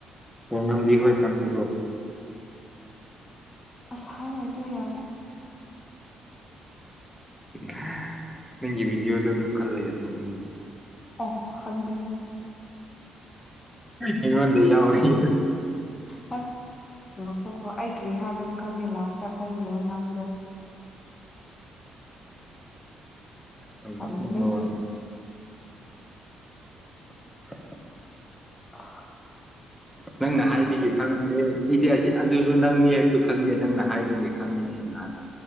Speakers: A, in the centre; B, on the left.
A: ꯇꯣꯉꯝꯕꯤ
B: ꯑꯕꯠꯇ꯭ꯔꯦ
A: ꯍꯣꯏ ꯀꯥꯡꯕꯨꯔꯣ
B: ꯑꯁꯍꯥꯏ ꯏꯇꯔꯦ ꯌꯥꯔꯦ
A: ꯍ ꯎ ꯅꯪꯒꯤ ꯚꯤꯗꯤꯑꯣꯗ ꯑꯗꯨꯝ ꯈꯜꯂꯒꯅꯣ ꯎꯝ
B: ꯑꯣꯐ ꯈꯪꯒꯅꯨ
A: ꯑꯩꯉꯣꯟꯗ ꯌꯥꯎꯔꯤ
B: ꯍꯣꯏ ꯂꯧꯊꯣꯛꯈ꯭ꯔꯣ ꯑꯩ ꯀ꯭ꯔꯤ ꯍꯥꯏꯕ꯭ꯔꯥꯁꯨ ꯈꯪꯗꯦ ꯂꯥꯁꯇ ꯑꯩꯈꯣꯏꯒꯤ ꯂꯣꯏ ꯉꯥꯡꯕꯗꯣ
A: ꯎꯝ
B: ꯇꯜꯂꯦ
A: ꯃꯟꯕ ꯋꯥ ꯐ
B: ꯑ
A: ꯅꯪꯅ ꯍꯥꯏꯕꯤꯒꯦ ꯈꯪꯉꯦ ꯏꯗꯤ ꯑꯁꯤ ꯑꯗꯨꯁꯨ ꯅꯪꯅꯤ ꯍꯥꯏꯕꯗꯨꯣ ꯈꯪꯗꯦ ꯅꯪꯅ ꯍꯥꯏꯕꯒꯦ ꯈꯪꯕꯅꯦꯍ ꯉꯍꯥꯟ